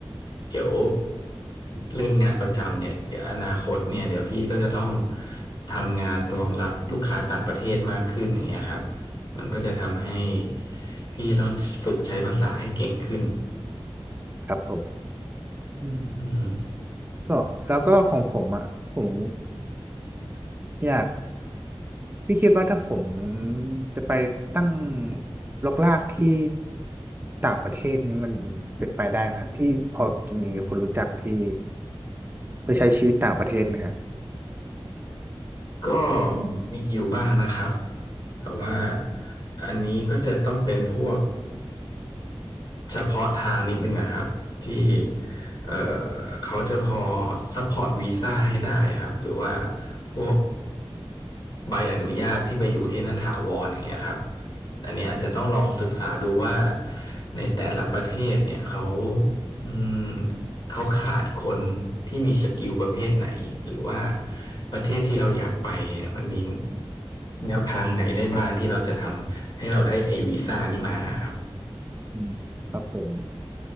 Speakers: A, on the left; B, on the right.
A: เดี๋ยวเรื่องงานประจำเนี่ยเดี๋ยวอนาคตเนี่ยเดี๋ยวพี่ก็จะต้องทำงานรองรับลูกค้าต่างประเทศมากขึ้นอย่างเงี้ยครับมันก็จะทำให้พี่ต้องฝึกใช้ภาษาให้เก่งขึ้น
B: ครับผมอืม
A: อืม
B: ก็แล้วก็ของผมอ่ะผมอยาก พี่คิดว่าถ้าผมจะไปตั้งรกรากที่ต่างประเทศนี้มันเป็นไปได้ไหมครับพี่พอจะมีคนรู้จักที่ไปใช้ชีวิตต่างประเทศไหมฮะ
A: ก็มีอยู่บ้างนะครับแต่ว่าอันนี้ก็จะต้องเป็นพวก เฉพาะทางนิดนึงอะครับที่เอ่อเขาจะพอซัพพอร์ตวีซ่าให้ได้ครับหรือว่าพวกใบอนุญาตที่ไปอยู่ที่นั่นถาวรอย่างเงี้ยครับอันนี้อาจจะต้องลองศึกษาดูว่าในแต่ละประเทศเนี่ยเขาอืมเขาขาดคนที่มีสกิลประเภทไหนหรือว่าประเทศที่เราอยากไปเนี่ยมันมีแนวทางไหนได้บ้างที่เราจะทำให้เราได้ไอวีซ่านี่มาครับ
B: อืมครับผม